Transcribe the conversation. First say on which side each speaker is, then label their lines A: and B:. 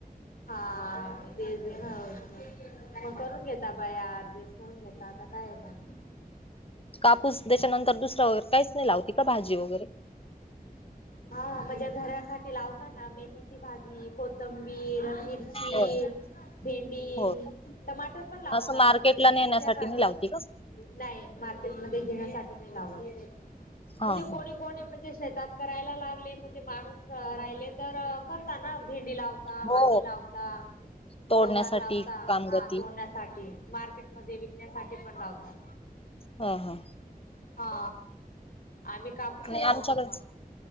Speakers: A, on the left; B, on the left.
A: हा तेच आहे मग करून घेता बायास् ऍडजस्ट. करून घेतला आता काय आहे.
B: कापूस त्याच्यानंतर दुसरं वगैरे काहीच नाही लावती का भाजी वगैरे.
A: हा म्हणजे घरासाठी लावताना मेथीची भाजी कोथंबीर मिरची
B: हो
A: भेंडी
B: हो
A: टमाटर पण लावता
B: असं मार्केटला
A: म्हणजे घरच्या
B: नेण्यासाठी
A: संसाठी.
B: मी लावती का
A: नाही मार्केट मधे घेण्यासाठी नाही लावात म्हणजे
B: हा
A: कोणी
B: हा
A: कोणी म्हणजे, शेतात करायला लागले म्हणजे माणूस राहिले तर करता ना भेंडी लावता
B: हो
A: वांगी, लावता
B: तोडण्यासाठी
A: गावार लावता
B: कामगती
A: हा तोडण्यासाठी मार्केट मग ते विकण्यासाठी पण लावतात.
B: हा हा.
A: हा आम्ही कापूस
B: नाही
A: लावतो
B: आमच्याकडे
A: पण